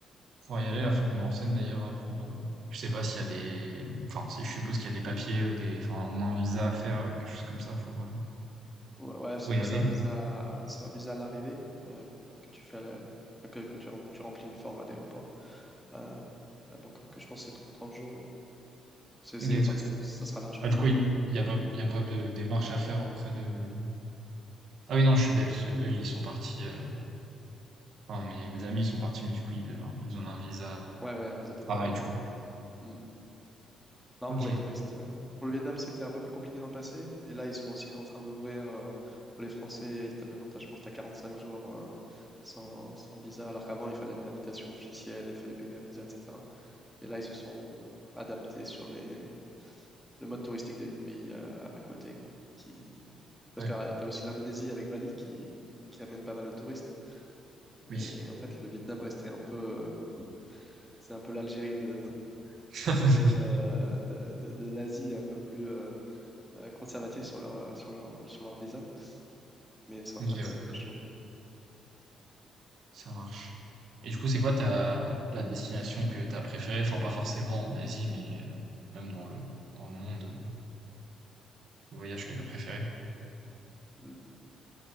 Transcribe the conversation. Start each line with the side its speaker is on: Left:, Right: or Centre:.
Right: Faut y aller, là, faut que je me renseigne d'ailleurs pour. euh, je sais pas s'il y a des. Enfin, si je suppose qu'il y a des papiers ou des. Enfin, au moins un visa à faire, euh, quelque chose comme ça pour, euh,
Centre: Ouais, ouais, c'est,
Right: pour y
Centre: mais
Right: aller.
Centre: c'est un visa, c'est un visa à l'arrivée euh, que tu fais à la- que, que tu, rem- tu remplis une forme à l'aéroport. Euh, à Bangkok, je pense que c'est 30 30 jours. C'est,
Right: Ok.
Centre: c'est, enfin, c'est- ça sera largement.
Right: Ah, du coup, il n'y a pas, il y a pas de démarche à faire auprès de. Ah oui, non, je suis bête. Eux, ils sont partis. euh, Enfin, mes, mes amis, ils sont partis, mais du coup, ils avaient besoin d'un visa
Centre: Ouais, ouais, un visa de travail.
Right: travail, du coup.
Centre: Mm. mm. Non,
Right: Ok.
Centre: pour les touristes. euh, Pour le Vietnam, c'était un peu plus compliqué dans le passé. Et là, ils sont aussi en train d'ouvrir euh, pour les Français. Ils t'as- Maintenant, t'as- je pense que tu as 45 jours euh, sans, sans visa. Alors qu'avant, il fallait une invitation officielle, il fallait payer un visa, etc. Et là, ils se sont adaptés sur les, le mode touristique des pays euh, à côté qui... Parce
Right: Ouais.
Centre: que tu as aussi l'Indonésie avec Bali qui, qui amène pas mal de touristes.
Right: Oui.
Centre: Et en fait, le Vietnam restait un peu... euh, c'est un peu l'Algérie de,
Right: <laughs>
Centre: de, euh, de, de- de l'Asie, un peu plus euh, euh, conservative sur leur, euh, sur leur, sur leur visa. Mais c'est en
Right: Ok,
Centre: train de,
Right: ouais.
Centre: de changer.
Right: Ça marche. Et du coup, c'est quoi ta, la destination que t'as préférée? Enfin, pas forcément en Asie, mais euh, même dans le, dans le monde. euh, Le voyage que t'as préféré?
Centre: Le,